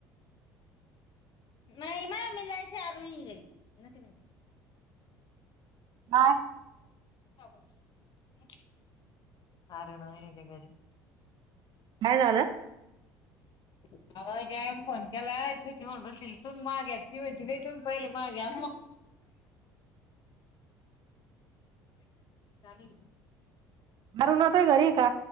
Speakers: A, on the left; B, on the right.
A: ममी ला विचारून घे-
B: काय?
A: <unintelligible> आर नाय हाय ती घरी.
B: काय झालं-?
A: रिकामा ऑडिओ अव ज्याने फोन केलाय तु माग्या ती म्हण तुम पहिले माग्या <inaudible> <inaudible>
B: अरूणा ताई घरी आहे का?